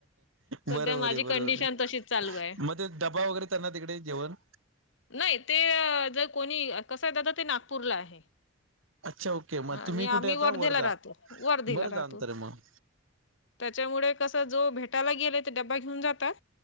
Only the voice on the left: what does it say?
सध्या
माझी
कंडिशन तशीच चालू आहे.
नाही ते जर कोणी कसं आहे दादा ते नागपूरला आहे.
आणि
आम्ही
वर्धेला
राहतो वर्धेला
राहतो.
त्याच्यामुळे कसं जो भेटायला गेलेय ते डबा घेऊन जातात.